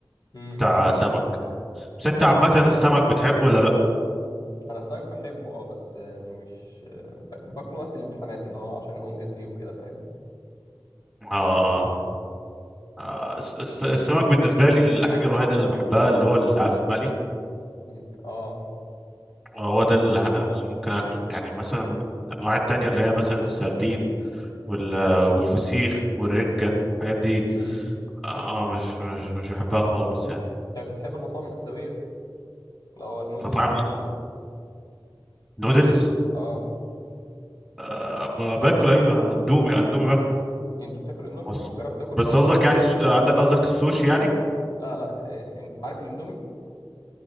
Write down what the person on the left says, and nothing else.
امم
انا السمك بحبه اه بس يعني مش آه، ب- باكله وقت الامتحانات اللي هو عشان الاوميجا 3 وكده فاهم
مم. اه
امم
انت بتحب المطاعم الاسيويه اللي هو النودلز
والكلام ده
اه
انت بتاكل اندومي
طب جربت تاكل بقى
الاصلي
منه
لا لا آه، عارف الاندومي